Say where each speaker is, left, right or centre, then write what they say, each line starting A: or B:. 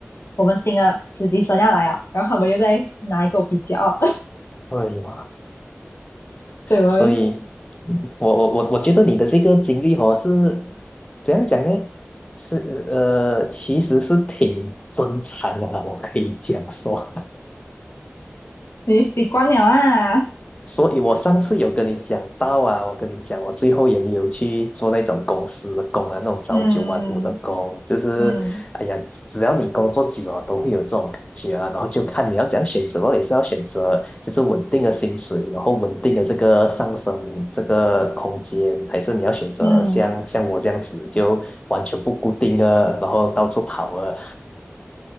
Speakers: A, on the left; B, on the left.
A: 我们新的实习生要来啊，然后他们又在拿一个比较，
B: 哎呦。
A: <laughs> 所以我会
B: 所以，嗯我我我我觉得你的这个经历哦是怎样讲呢？是呃，其实是挺真诚的啦，我可以讲说。
A: 你习惯了啊，
B: 所以我上次有跟你讲到啊，我跟你讲，我最后也没有去做那种公司的工啊，那种朝九晚五的工，
A: 嗯
B: 就是哎呀，
A: 嗯
B: 只只要你工作久了，都会有这种感觉啊。然后就看你要怎样选择咯，也是要选择就是稳定的薪水，然后稳定的这个上升这个空间，还是你要选择像像我这样子就完全不固定啊，
A: 嗯，
B: 然后到处跑啊。